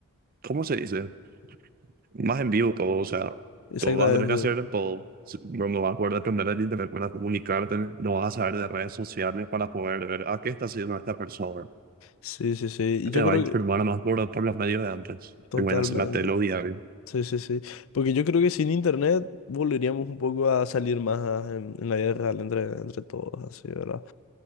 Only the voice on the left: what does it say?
Exactamente.
Sí, sí, sí. Y yo
creo
que
totalmente.
Sí, sí, sí. Porque yo creo que sin internet volveríamos un poco a salir más a- en, en la vida real entre, entre todos, así, ¿verdad?